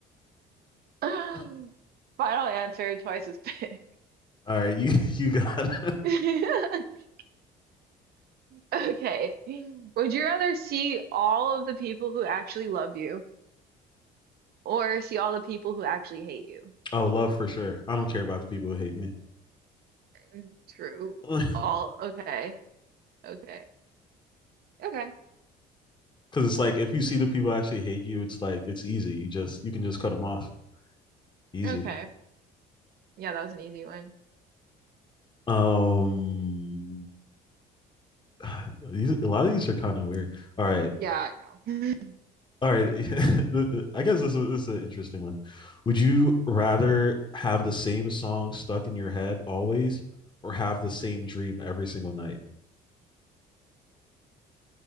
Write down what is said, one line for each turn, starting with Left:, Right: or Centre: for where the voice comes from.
Right: <laughs> Final
Left: all
Right: answer, twice as big.
Left: right, you <laughs> you got it.
Right: <laughs> Okay. Would you rather see all of the people who actually love you or see all the people who actually hate you?
Left: oh love for sure. I don't care about the people who hate me
Right: Mm, True.
Left: <laughs> because
Right: All. Okay. Okay. Okay.
Left: it's like if you see the people actually hate you, it's like it's easy. You just you can just cut them off. Easy.
Right: Okay. Yeah, that was an easy one.
Left: Um, <sighs> these, a lot of these are kind of weird. All right.
Right: Yeah, I know.
Left: All right. <laughs> I guess this is, this is an interesting one. Would you rather have the same song stuck in your head always or have the same dream every single night?